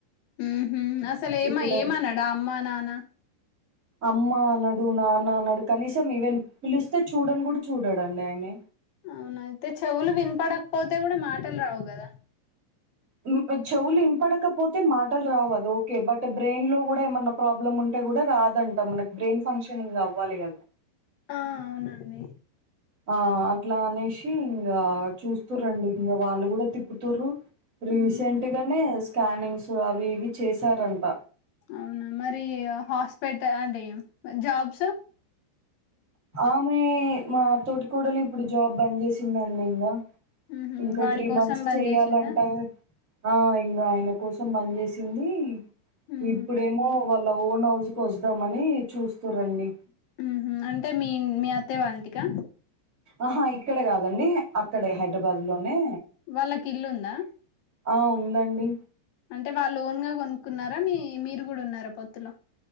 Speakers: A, on the left (about 70°); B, on the right (about 20°).
A: ఉహు అసలు ఏమ
B: ఇప్పుడు
A: ఏమన్నాడా అమ్మా నానా
B: అమ్మ అన్నాడు నాన్న అన్నాడు కనీసం ఇవన్న పిలిస్తే చూడని కూడా చూడాడండి ఆయనే
A: అవునయితే చెవులు వినపడకపోతే కూడా మాటలు రావు కదా
B: నీకు చెవులు ఇంపడకపోతే మాటలు రావదు ఓకే బట్ బ్రెయిన్ లో కూడా ఏమన్నా ప్రాబ్లమ్ ఉంటు కూడా రాదంట మనకి బ్రెయిన్ ఫంక్షనింగ్ అవ్వాలి కదా
A: ఆ అవునండి
B: ఆ అట్లా అనేసి ఇంకా చూస్త రండి ఇంకా వాళ్ళు కూడా తిప్పుతారు రీసెంట్
A: ఉమ్
B: గానే స్కానింగ్స్ అవి ఇవి చేసారంట
A: అవునా మరి హాస్పిటల్ అండి జాబ్స్
B: ఆమె మా తోటికోడలు ఇప్పుడు జాబ్ బంద్ చేసిందండి ఇంకా
A: ఉహు
B: ఇంకా
A: వాడి
B: త్రీ
A: కోసం
B: మంత్స్
A: బంద్
B: చెయ్యాలంట
A: చేసిందా
B: ఆ ఇంకా ఆయన కోసం పనిచేసింది
A: ఉమ్
B: ఇప్పుడేమో వాళ్ళ ఓన్ హౌస్ కి వదాంమని చూస్తుర్రండి
A: ఉహు అంటే మీ మీ అత్త వాళ్ళంటికా
B: ఆహా ఇక్కడకాదండి అక్కడే హైదరాబాద్ లోనే
A: వాళ్ళకి ఇల్లుందా
B: ఆ ఉందండి
A: అంటే వాళ్ళ లోన్ గా కొనుక్కున్నారా మీ మీరు కూడా ఉన్నారా పొత్తులో